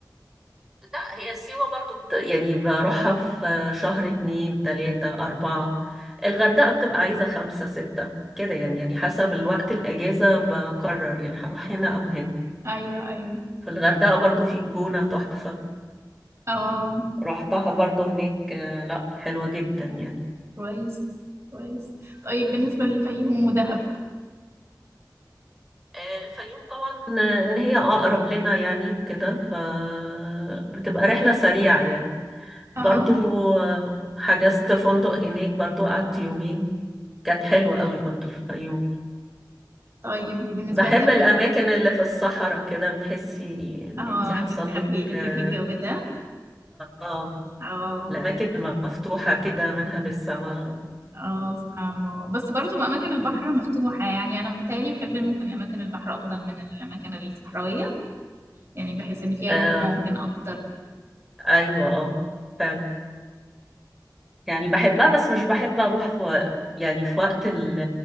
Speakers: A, in the centre; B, on the right (about 40°).
A: لا هي سيوة برضو بت... يعني بروحها في شهر اتنين تلاتة أربعة الغردقة بتبقى عايزة خمسة ستة كده يعني يعني حسب الوقت الأجازة بقرر يعني هروح هنا أو هنا
B: ايوه ايوه
A: في الغردقة برضو في الجونة تحفة
B: اه
A: رحتها برضو هناك آه، لا حلوة جدا يعني
B: كويس كويس طيب بالنسبه للفيوم ودهب
A: آه، الفيوم طبعا آه، إن هي أقرب لنا يعني وكده فبتبقى رحلة سريعة يعني
B: اه
A: برضو آه، حجزت فندق هناك برضو قعدت يومين كانت حلوة قوي برضو في الفيوم
B: طيب وبالنسبه
A: بحب
B: لدهب
A: الأماكن اللي في الصحراء كده بتحسي إن
B: اه
A: انتي حصل
B: انت بتحبي
A: لك
B: بتحبي
A: آه
B: الجو ده
A: آه،
B: اه
A: الأماكن المفتوحة كده منها للسماء
B: اه سبحان الله بس برضو اماكن البحر مفتوحه يعني انا متهيألي بحب ممكن اماكن البحر افضل من الاماكن الصحراويه يعني بحس ان فيها
A: آه
B: روح ممكن اكتر
A: أيوة آه فعلا يعني بحبها بس مش بحب أروح في وق- يعني في وقت ال-